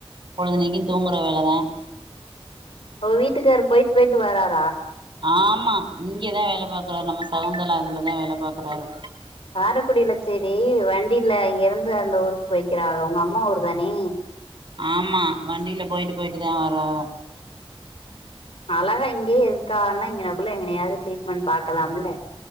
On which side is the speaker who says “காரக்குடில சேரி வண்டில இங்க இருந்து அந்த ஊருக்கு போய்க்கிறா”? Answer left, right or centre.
Left